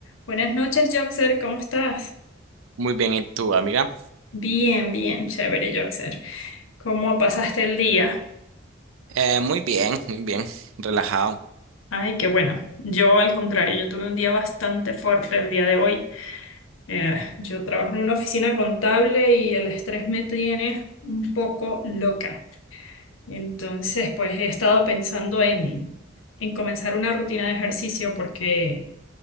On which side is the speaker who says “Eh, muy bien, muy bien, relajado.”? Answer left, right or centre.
Right